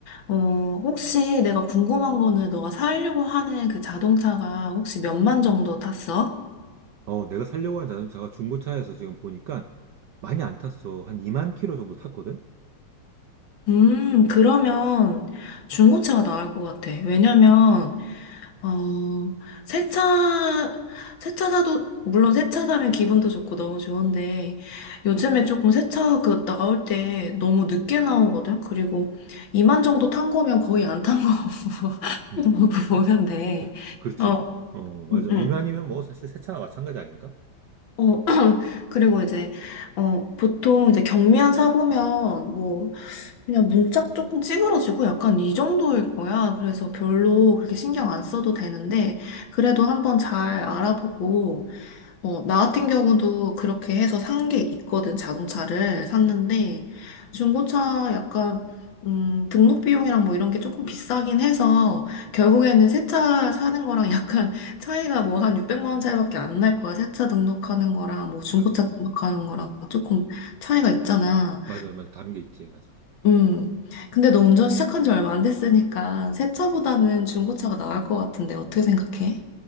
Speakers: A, on the left; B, on the right.
A: 어, 혹시 내가 궁금한 거는 너가 사려고 하는 그 자동차가 혹시 몇 만 정도 탔어?
B: 어, 내가 살려고 하는 자동차가 중고차에서 지금 보니까 많이 안 탔어. 한 2만 킬로 정도 탔거든?
A: 음, 그러면 중고차가 나을 것 같아. 왜냐면, 어, 새 차, 새차 사도, 물론 새차 사면 기분도 좋고 너무 좋은데, 요즘에 조금 새차 그 나올 때 너무 늦게 나오거든? 그리고 이만 정도 탄 거면 거의 안 탄 거 <laughs>
B: 음,
A: 보면 돼.
B: 그- 그렇지.
A: 어,
B: 어, 맞아.
A: 응, 응.
B: 2만이면 뭐 사실 새 차나 마찬가지 아닌가?
A: 어, <clears throat> 그리고 이제, 어, 보통 이제 경미한 사고면 뭐, 그냥 문짝 조금 찌그러지고 약간 이 정도일 거야. 그래서 별로 그렇게 신경 안 써도 되는데, 그래도 한번 잘 알아보고, 어, 나 같은 경우도 그렇게 해서 산 게 있거든, 자동차를 샀는데, 중고차 약간, 음, 등록 비용이랑 뭐 이런 게 조금 비싸긴 해서, 결국에는 새차 사는 거랑 <laughs> 약간 차이가 뭐 한 600만 원 차이밖에 안 날 거야. 새차 등록하는 거랑 뭐 중고차
B: 맞아.
A: 등록하는 거랑 조금 차이가 있잖아.
B: 맞아, 맞아. 다른 게 있지. 맞아.
A: 음. 근데 너 운전 시작한 지 얼마 안 됐으니까, 새 차보다는 중고차가 나을 것 같은데, 어떻게 생각해?